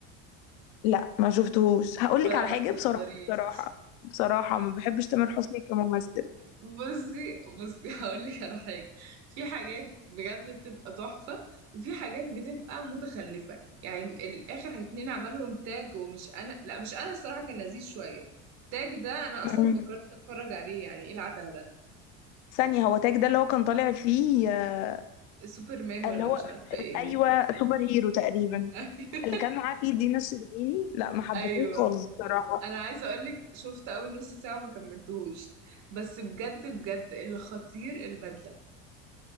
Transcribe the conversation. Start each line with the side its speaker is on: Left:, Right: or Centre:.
Left: لا ما شفتهوش هقول
Right: ما
Left: لك
Right: لا
Left: على
Right: ما
Left: حاجه
Right: تهزريش
Left: بصراحه بصراحه بصراحه ما بحبش تامر حسني كممثل
Right: بصي بصي <laughs> هقول لك على حاجه في حاجات بجد بتبقى تحفه وفي حاجات بتبقى متخلفه يعني الاخر اتنين عملهم تاج ومش انا لا مش انا الصراحه كان لذيذ شويه تاج ده انا اصلا
Left: مم.
Right: ما فكرتش اتفرج عليه يعني ايه العته ده
Left: ثانيه هو تاج ده اللي هو كان طالع فيه آه،
Right: سوبرمان
Left: اللي
Right: ولا
Left: هو
Right: مش عارفه ايه
Left: ايوه سوبر هيرو تقريبا
Right: <laughs> ايوه
Left: اللي كان معاه فيه دينا الشربيني لا ما حبيتهوش
Right: ايوه
Left: خالص بصراحه
Right: انا عايزه اقولك شفت اول نص ساعه وما كملتهوش بس بجد بجد اللي خطير البدله